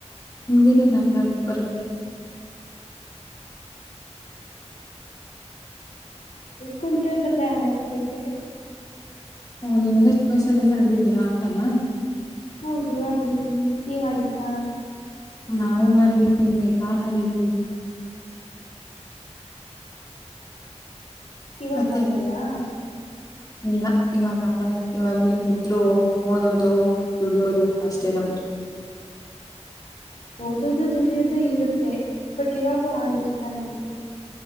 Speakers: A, on the left; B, on the left.
A: ಏನಿಲ್ಲ ಆಟ ಆಡಕ್ ಬರತ್ತೆ.
B: ಕುಂಟೆ ಬಿಲ್ಲೆ ಆಡಕ್ ಬರತ್ತೆ.
A: ಓ ನೀವೆಲ್ಲ <unintelligible> ಎಲ್ಲ ಆಡಿದ್ದೀರಾ ಆಟನಾ.
B: ಹೌದು ಆಡಿದೀವಿ ನೀವ ಆಡಿಲ್ವಾ.
A: ನಾವು ಆಡಿವಿ ಮೇಘನ್ ಆಡಿವಿ.
B: ಇವಾಗ
A: ಮತ್ತೆ
B: ಆಡಲ್ವಾ.
A: ಇಲ್ಲ ಇವಾಗ ಆಗಲ್ಲ ಇವಾಗ ಏನ ಇದ್ರು ಓದೋದು ದುಡಿಯೋದು ಅಷ್ಟೇ ನಮ್ದು
B: ಓದೋದು ದುಡಿಯೋದು ಇರುತ್ತೆ ಬಟ್ ಇವಾಗ ಆಡ್ಬೇಕ್ತಾನೆ.